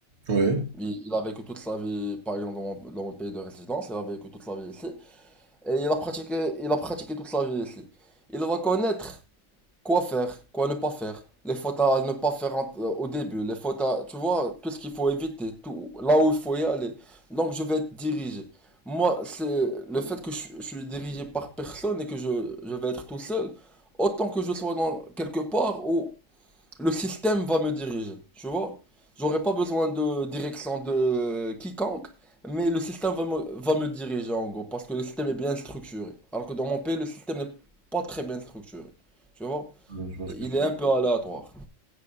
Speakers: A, on the right; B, in the centre.
A: Ouais.
B: Il, il a vécu toute sa vie, par exemple, dans mon, dans mon pays de résidence, il a vécu toute sa vie ici. Et il a pratiqué, il a pratiqué toute sa vie ici. Il va connaître. Quoi faire, quoi ne pas faire, les fautes à ne pas faire en- euh, au début, les fautes à, tu vois, tout ce qu'il faut éviter, tout, là où il faut y aller. Donc je vais être dirigé. Moi, c'est le fait que je, je suis dirigé par personne et que je, je vais être tout seul, autant que je sois dans quelque part où le système va me diriger, tu vois. J'aurai pas besoin de direction de quiconque, mais le système va me, va me diriger en gros, parce que le système est bien structuré. Alors que dans mon pays, le système n'est pas très bien structuré, tu vois
A: euh, je vois ce
B: il
A: que tu...
B: est un peu aléatoire.